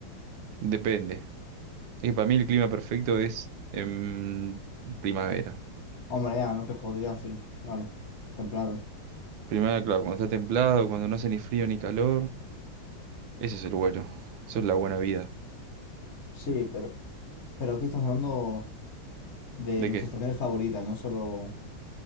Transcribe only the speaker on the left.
Hombre, ya, no te jodas, ya sí. Vale, templado.
Sí, pero, pero aquí estamos hablando. de
nuestras
estaciones favoritas, no solo